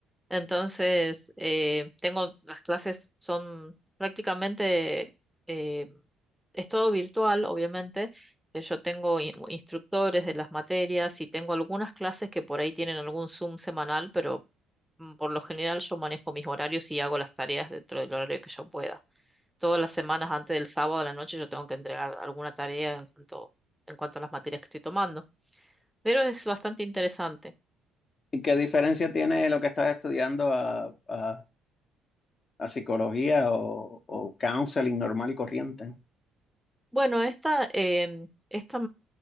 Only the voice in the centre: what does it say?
Entonces, eh, tengo, las clases son prácticamente, eh, es todo virtual, obviamente. Eh, Yo tengo in- instructores de las materias y tengo algunas clases que por ahí tienen algún Zoom semanal, pero mm, por lo general yo manejo mis horarios y hago las tareas dentro del horario que yo pueda. Todas las semanas antes del sábado a la noche yo tengo que entregar alguna tarea en cuanto, en cuanto a las materias que estoy tomando. Pero es bastante interesante.
Bueno, esta, em, esta